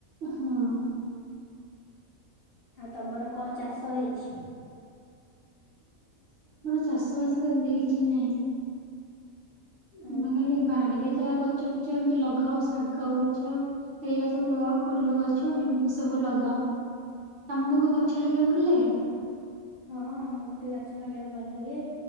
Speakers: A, on the right (about 55°); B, on the left (about 55°).
A: ହଁ।
B: ଆଉ ତମର କଣ ଚାଷ ହେଇଛି?
A: ଚାଷବାସ ସେମତି କିଛି ନାହିଁ।
B: ଓହୋ
A: ତମେ ଖାଲି ବାଡିରେ ଯାହା ଗଛ ଫଛ ଏମିତି ଲଗା ସା ଗ ଗଛ ଏଇଆ ସବୁ ଲଗାଉ ଫୁଲ ଗଛ ଏମିତି ସବୁ ଲଗାଉ। ତମକୁ ଗଛ ଲଗେଇବାକୁ ଭଲ ଲାଗେ?
B: ହଁ ଆମକୁ ବି ଗଛ ଲଗେଇବାକୁ ଭଲ ଲାଗେ।